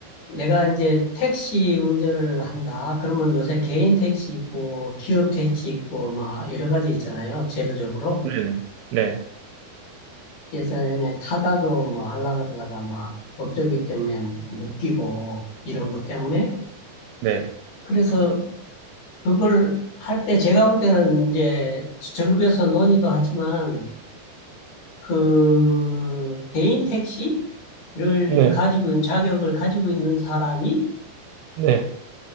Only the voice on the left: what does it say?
내가 이제 택시 운전을 한다. 그러면 요새 개인 택시 있고, 기업 택시 있고, 막 여러 가지 있잖아요. 제도적으로.
예전에 타다도 뭐 하려고 그러다가 막 법적이 때문에 못 끼고, 이런 것 때문에.
그래서 그걸 할 때 제가 볼 때는 이제 정부에서 논의도 하지만, 그 개인 택시를
가지고 있는 자격을 가지고 있는 사람이